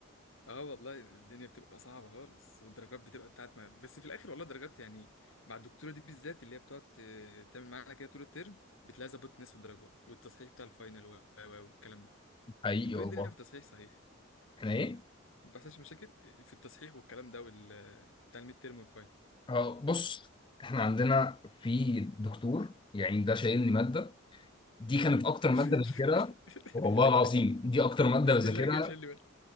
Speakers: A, on the left (about 75°); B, on the left (about 25°).
A: اه والله الدنيا بتبقى صعبه خالص والدرجات بتبقى بتاعت ما بس في الاخر والله الدرجات يعني مع الدكتوره دي بالذات اللي هي بتقعد ت- تعمل معانا كده طول الترم بتلاقي ظبطت نصف الدرجات والتصحيح بتاع الفاينل و- و- و- والكلام ده
B: حقيقي
A: انتوا
B: والله
A: ايه الدنيا في التصحيح صحيح
B: احنا ايه
A: ما بيحصلش مشاكل في التصحيح والكلام ده وال بتاع الميد تيرم والفاين
B: اه بص احنا عندنا في دكتور يعني ده شايلني ماده دي كانت اكتر
A: <laughs>
B: ماده بذاكرها والله العظيم دي اكتر ماده
A: بسم
B: بذاكرها
A: الله كده شيل لي بالك